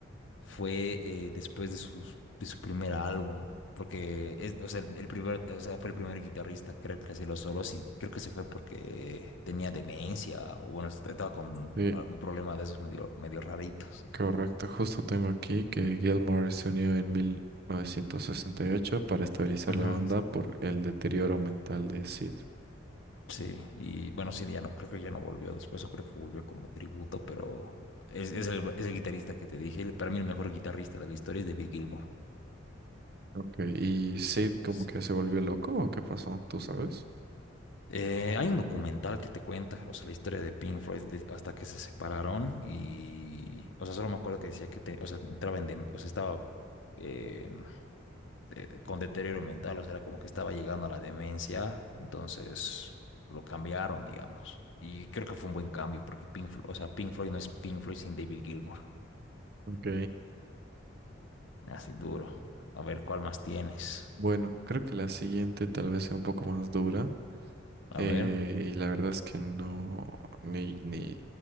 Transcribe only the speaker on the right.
Sí,
correcto. Justo tengo aquí que Gilmore se unió en 1968 para estabilizar
la banda por el deterioro mental de Sid.
Ok, ¿y Sid como
que se volvió loco o qué pasó? ¿Tú sabes?
Ok,
bueno, creo que la siguiente tal vez sea un poco más dura
eh,
y la verdad es que no, ni, ni,